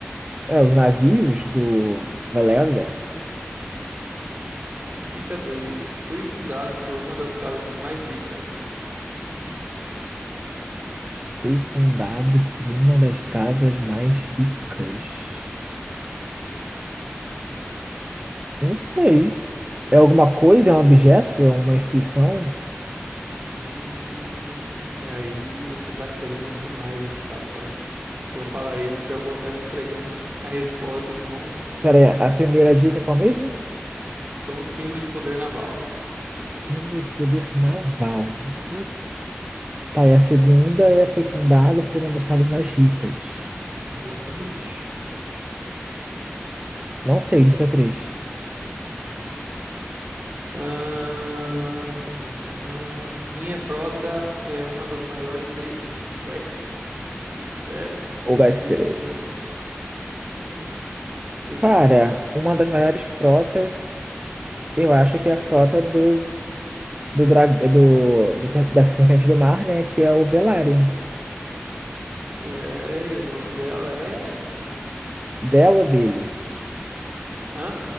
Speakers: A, on the right; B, on the right.
A: É, os navios do Valyria
B: Dica dois. Fui fundado por uma das casas mais ricas.
A: foi fundado por uma das casas mais ricas. Não sei. É alguma coisa? É um objeto? É uma instituição?
B: Hum, aí você tá querendo demais, meu chapa. Se eu falar isso, já vou estar entregando a resposta de mão.
A: Pera a primeira dica é qual mesmo?
B: Sou um símbolo de poder naval.
A: Símbolo de poder naval. Putz. Tá, e a segunda é, foi fundada por uma das casas mais ricas.
B: Exatamente.
A: Não sei, dica três
B: Ahn, pá, pam, pam, pam. Minha frota é uma das maiores de West, Westeros,
A: O Westeros.
B: Westeros, Hum, esse
A: Cara,
B: nome. aí.
A: uma das maiores frotas, eu acho que é a frota dos. Do drag, do, do ser- da Serpente do Mar, né? Que é o Velaryon.
B: É, e o nome dela é?
A: Dela ou dele?
B: Hã?